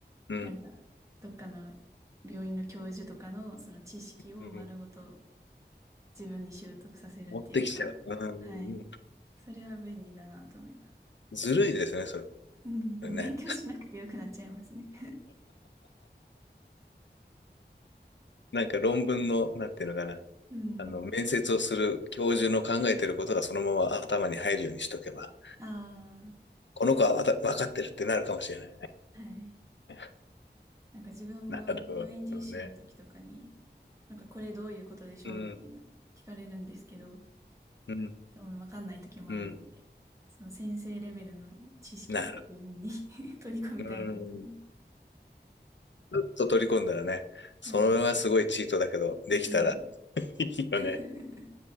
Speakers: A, on the left (about 85°); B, on the right (about 15°).
A: うん、
B: なんか、どっかの病院の教授とかのその知識を丸ごと
A: うん、
B: 自分に習得させるっていうか、
A: 持ってきちゃう。う
B: はい。
A: ん、
B: それは便利だなと思います。
A: ずるいですね、そ
B: うん、
A: れね。
B: <laughs> 勉強しなくてよくなっちゃいますね。
A: なんか論文の、なんていうのかな。
B: うん。
A: あの、面接をする教授の考えてることがそのまま頭に入るようにしとけば、
B: あ
A: この子はわた、分かってるってなるかもしれないね。
B: あ、はい。
A: <laughs>
B: なんか自分も病院実習の時とかに、
A: なるほどね。
B: なんかこれどういうことでしょうみたいな聞かれるんですけど、
A: うん、うん、
B: でもわかんない時もあるので、
A: うん、
B: その先生レベルの知識を自分に
A: なる。
B: <laughs> 取り込みたいなと思います。
A: うん、ちょっと取り込んだらね、それはすごいチートだけど、
B: はい。
A: できたら
B: う
A: いいよね。
B: ん。<laughs>